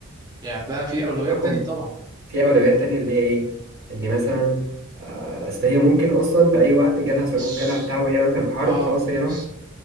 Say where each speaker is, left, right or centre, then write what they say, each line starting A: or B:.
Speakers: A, on the right; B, on the right.
A: يعني عندها في أولويات
B: رقم
A: تانية طبعا
B: في أولويات تانية اللي هي إيه؟ إن مثلا آه، أصل هي ممكن أصلا في أي وقت جالها صاروخ
A: الس...
B: جالها بتاع وهي مثلا في حرب
A: اه
B: خلاص هي راحت
A: الس...